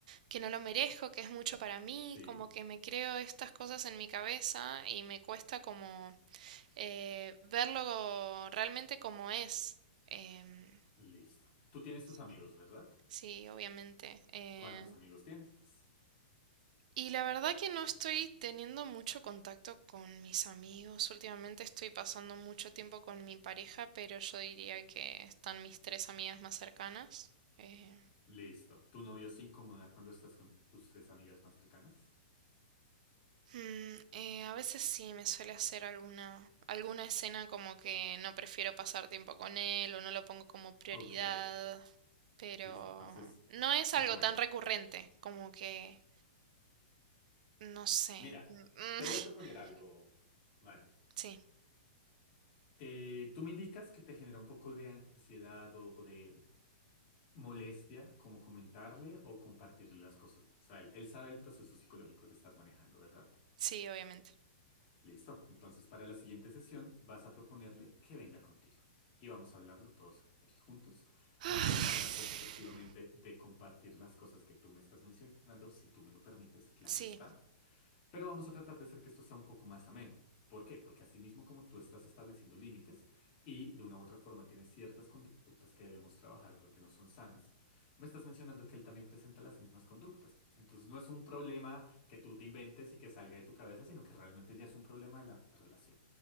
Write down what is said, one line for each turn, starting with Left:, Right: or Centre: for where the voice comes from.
Right: que no lo merezco, que es mucho para mí,
Left: sí,
Right: como que me creo estas cosas en mi cabeza y me cuesta como eh, verlo realmente como es. Em,
Left: listo. Tú tienes
Right: sí,
Left: tus amigos, ¿verdad?
Right: sí, obviamente. eh,
Left: ¿Cuántos amigos tienes?
Right: Y la verdad que no estoy teniendo mucho contacto con mis amigos. Últimamente estoy pasando mucho tiempo con mi pareja, pero yo diría que están mis tres amigas más cercanas. Eh,
Left: Listo. ¿Tu novio se incomoda cuando estás con tus tres amigas más cercanas?
Right: mm, eh, a veces sí me suele hacer alguna, alguna escena como que no prefiero pasar tiempo con él o no lo pongo como prioridad,
Left: Ok,
Right: pero
Left: listo. Entonces,
Right: no es algo
Left: bueno.
Right: tan recurrente como que, no sé.
Left: Mira,
Right: mm,
Left: te voy
Right: <laughs>
Left: a proponer algo, mano.
Right: Sí,
Left: Eh, tú me indicas que te genera un poco de ansiedad o, o de molestia como comentarle o compartirle las cosas a él. Él sabe el proceso psicológico que estás manejando, ¿verdad?
Right: sí, obviamente.
Left: Listo. Entonces, para la siguiente sesión vas a proponerle que venga contigo. Y vamos a hablarlo todos aquí juntos.
Right: <sighs>
Left: Me voy a encargar, pues, efectivamente, de compartir las cosas que tú me estás mencionando, si tú me lo permites, claro
Right: Sí,
Left: está. Pero vamos a tratar de hacer que esto sea un poco más ameno. ¿Por qué? Porque así mismo como tú estás estableciendo límites y de una u otra forma tienes ciertas conductas que debemos trabajar porque no son sanas, me estás mencionando que él también presenta las mismas conductas. Entonces no es un problema que tú te inventes y que salga de tu cabeza, sino que realmente ya es un problema de la relación.